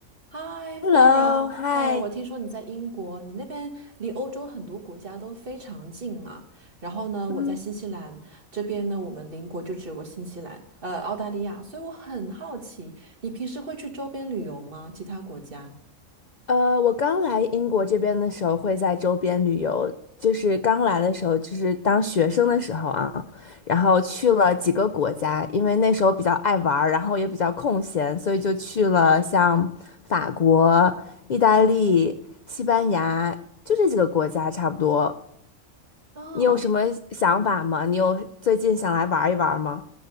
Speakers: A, on the right; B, on the left.
A: 嗨，Flora，
B: Hello，嗨，
A: 嗨，我听说你在英国，你那边离欧洲很多国家都非常近嘛。然后呢，
B: 嗯，
A: 我在新西兰这边呢，我们邻国就只有个新西兰，呃，澳大利亚，所以我很好奇，你平时会去周边旅游吗？其他国家？
B: 呃，我刚来英国这边的时候会在周边旅游，就是刚来的时候，就是当学生的时候啊，然后去了几个国家，因为那时候比较爱玩儿，然后也比较空闲，所以就去了像法国、意大利、西班牙，就这几个国家差不多。
A: 哦。
B: 你有什么想法吗？你有最近想来玩一玩吗？